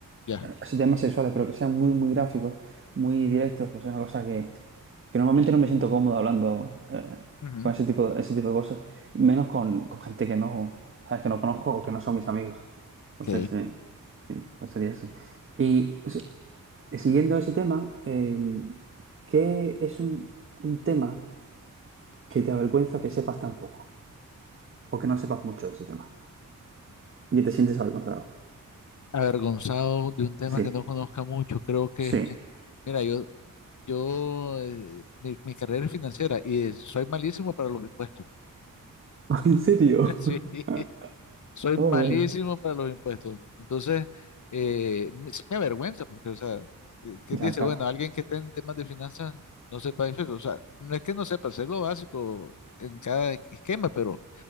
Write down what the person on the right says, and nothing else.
esos temas sexuales, pero que sean muy, muy gráficos, muy directos, pues es una cosa que, que normalmente no me siento cómodo hablando eh,
con ese tipo de, ese tipo de cosas, menos con, con gente que no, sabes, que no conozco o que no son mis amigos. Entonces,
sí, sí, pues sería eso. Y o sea, siguiendo ese tema, eh, ¿qué es un, un tema que te avergüenza que sepas tan poco o que no sepas mucho de ese tema y te sientes avergonzado?
Sí,
sí.
<laughs> ¿En serio?
<laughs>
Oh,
güey.
Ya,
claro.